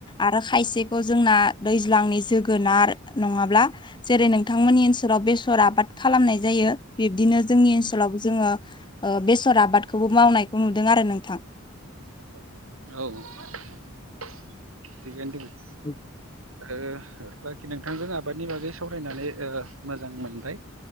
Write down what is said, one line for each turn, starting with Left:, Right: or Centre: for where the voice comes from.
Left: आरो खायसे खौ जोंना दैज्लांनि जोगोनार नङाब्ला जेरै नोंथांमोननि ओनसोलाव बेसर आबाद खालामनाय जायो बिब्दिनो जोंनि ओनसोलाव जोङो ओ बेसर आबादखौबो मावनायखौ नुदों आरो नोंथां
Right: <unintelligible> औ <unintelligible>
Left: <inaudible>
Right: ओ बाखि नोंथांजों आबादनि बागै सावरायनानै ओ मोजां मोनबाय।